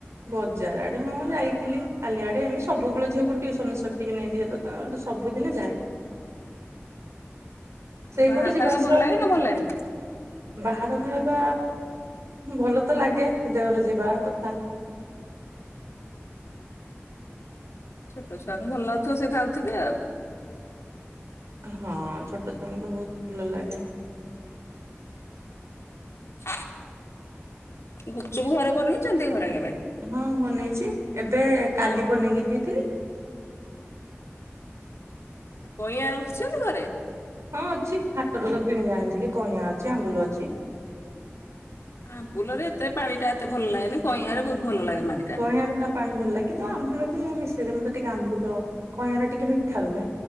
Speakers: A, on the right; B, on the left.
A: ବଜାର ଆଡେ ହଁ ଯାଇଥିଲି କାଲି ଆଡେ ଏମିତୀ ସବୁବେଳେ ଝିଅକୁ ଟିଉସନ ସବୁବେଳେ ଟିକେ ନେଇ ଦିଅ ତ ତ ସବୁଦିନ ଯାଏ। ସେଇପଟେ
B: ବାହାର
A: ଯିବା
B: ଖାଇବା
A: ଆସିବା
B: ଭଲ ଲାଗେ
A: ହେଲା
B: ନା ଭଲ
A: ଆଉ
B: ଲାଗେନି?
A: ବାହାର ଖାଇବା ଭଲ ତ ଲାଗେ ଦେହରେ ଯିବା କଥା।
B: ଛୋଟ ଛୁଆଙ୍କୁ ଭଲ ଲାଗୁଥିବ ସେ ଖାଉଥିବେ ଆଉ।
A: ହଁ ଛୋଟ ଛୁଆଙ୍କୁ ବହୁତ ଭଲ ଲାଗେ।
B: ହଁ। ଗୁପଚୁପୁ ଘରେ ବନେଇଛନ୍ତି ଘରେ କେବେ?
A: ହଁ ବନେଇଛି ଏବେ କାଲି ବନେଇକି ଖାଇଥିଲି।
B: କଇଁଆ ରଖିଛନ୍ତି ଘରେ।
A: ହଁ ଅଛି ହାଟରୁ ତ କିଣିକି ଆଣିଥିଲି କଇଁଆ ଅଛି ଆମ୍ବୁଲ ଅଛି।
B: ଆମ୍ବୁଲରେ ଏତେ ପାଣି ଟା ଏତେ ଭଲ ଲାଗେନି କଇଁଆରେ ବହୁତ ଭଲ ଲାଗେ। ପାଣି ଟା।
A: କଇଁଆ ତା ପାଣି ଭଲ ଲାଗେ କିନ୍ତୁ ଆମ୍ବୁଲ ବି ମୁଁ ମିଶେଇଦ ମତେ ଟିକେ ଆମ୍ବୁଲ କଇଁଆ ଟିକେ ମିଠା ରୁହେ।